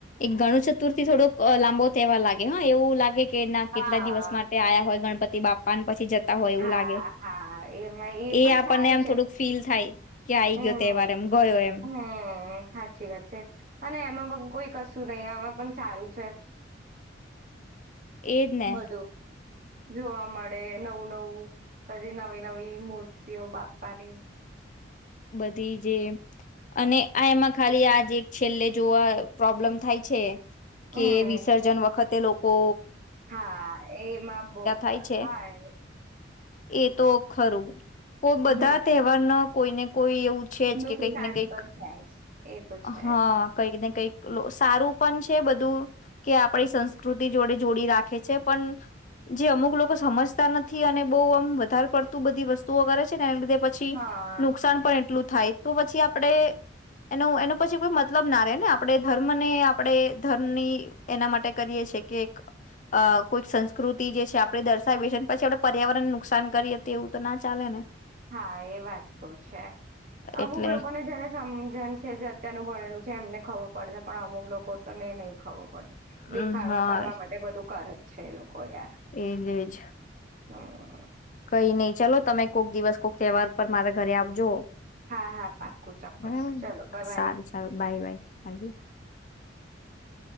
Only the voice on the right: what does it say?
હા
હા
હા એમાં
પણ
સારું
છે
હમ
હમ સાચી વાત છે અને એમાં પણ કોઈ કશું નહી આવા પણ સારું છે.
બધું જોવા મળે. નવું નવું બધી નવી નવી મૂર્તિઓ બાપ્પાની..
હમ
હા એમાં બો,
હા.
હમ
નુકસાન
તો છે જ એ તો છે
જ
હા
હા એ વાત તો છે અમુક
લોકોને જેને સમ જન છે જે અત્યારનું ભણેલું છે એમને ખબર પડે છે પણ અમુક લોકો તોને નહીં ખબર પડે.
દેખાવા
કરવા માટે બધું કરે. છે એ લોકો યાર
હમ્મ
હા, હા, પાકું ચોક્કસ
ચલો બા બાય.